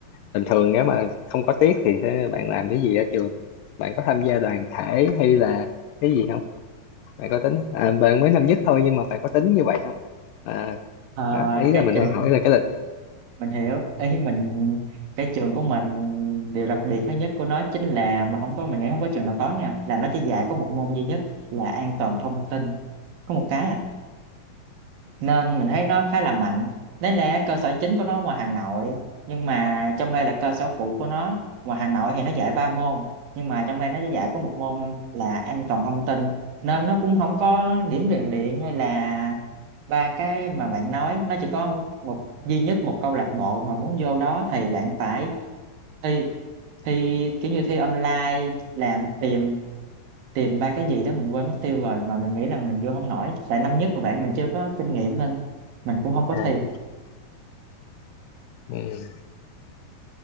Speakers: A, on the left; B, on the right.
A: bình thường nếu mà không có tiết thì thế bạn làm cái gì ở trường bạn có tham gia đoàn thể hay là cái gì không bạn có tính à, bạn mới năm nhất thôi nhưng mà bạn có tính như vậy không Ờ,
B: Ờ,
A: đó ý
B: cái
A: là mình
B: trường
A: hay hỏi
B: <laughs>
A: là cái lịch
B: mình hiểu ý mình cái trường của mình điều đặc biệt thứ nhất của nó chính là mà không có mình nghĩ không có trường nào có nha là nó chỉ dạy có một môn duy nhất là an toàn thông tin có một cái à nên mình thấy nó khá là mạnh đấy là cơ sở chính của nó ngoài Hà Nội nhưng mà trong đây là cơ sở phụ của nó ngoài Hà Nội thì nó dạy ba môn nhưng mà trong đây nó dạy có một môn là an toàn thông tin nên nó cũng không có điểm rèn luyện hay là ba cái mà bạn nói nó chỉ có một duy nhất một câu lạc bộ mà muốn vô đó thì bạn phải thi thi kiểu như thi online làm tìm tìm ba cái gì đó mình quên mất tiêu rồi mà mình nghĩ rằng mình vô không nổi tại năm nhất của bạn mình chưa có kinh nghiệm nên mình cũng không có
A: à
B: thi
A: ừ.